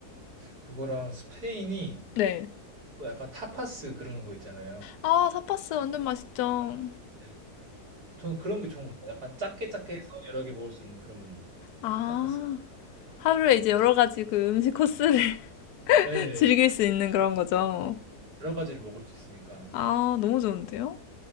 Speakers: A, on the right; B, on the left.
A: 그거랑 스페인이
B: 네.
A: 또 약간 타파스 그런 거 있잖아요.
B: 아, 삿바스 완전 맛있죠.
A: 네. 저는 그런 게 좋은 것 같아요. 약간 작게 작게 해서 여러 개 먹을 수 있는 그런 문화.
B: 아,
A: 타파스.
B: 하루에 이제 여러 가지 그 음식 코스를 <laughs>
A: 예.
B: 즐길 수 있는 그런 거죠.
A: 여러 가지를 먹을 수 있으니까.
B: 아, 너무 좋은데요?